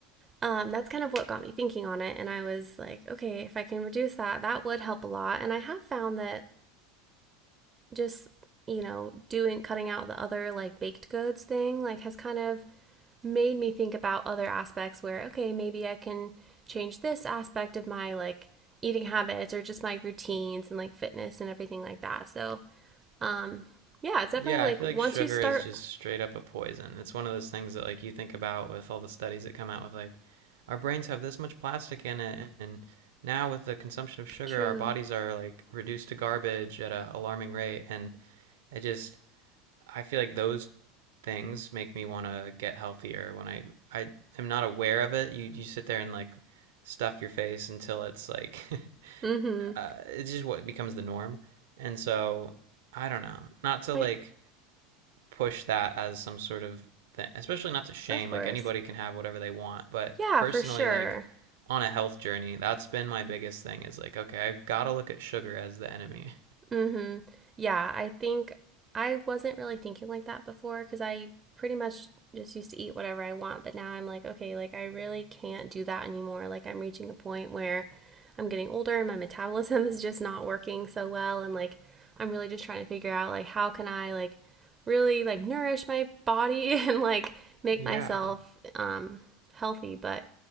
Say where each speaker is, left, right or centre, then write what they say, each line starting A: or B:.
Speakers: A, on the right; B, on the right.
A: um, that's kind of what got me thinking on it. And I was like, okay, if I can reduce that, that would help a lot. And I have found that just, you know, doing cutting out the other like baked goods thing, like has kind of made me think about other aspects where, okay, maybe I can change this aspect of my like eating habits or just my routines and like fitness and everything like that. So, um, yeah, it's definitely
B: Yeah,
A: like
B: I feel
A: once
B: like sugar
A: you start,
B: is just straight up a poison. It's one of those things that like you think about with all the studies that come out with like our brains have this much plastic in it and now with the consumption of sugar
A: true.
B: our bodies are like reduced to garbage at an alarming rate and I just I feel like those things make me want to get healthier when I I am not aware of it. You you sit there and like stuff your face until it's like <laughs>
A: Mm hmm.
B: uh, it's just what becomes the norm. And so I don't know. Not to like
A: I,
B: push that as some sort of thing, especially not to shame.
A: of course.
B: Like anybody can have whatever they want, but
A: Yeah,
B: personally,
A: for sure.
B: like on a health journey, that's been my biggest thing. Is like, okay, I've got to look at sugar as the enemy.
A: hmm Yeah, I think I wasn't really thinking like that before because I pretty much just used to eat whatever I want. But now I'm like, okay, like I really can't do that anymore. Like I'm reaching a point where I'm getting older and my metabolism <laughs> is just not working so well. And like I'm really just trying to figure out like how can I like really like nourish my body <laughs> and like make
B: Yeah.
A: myself um healthy. But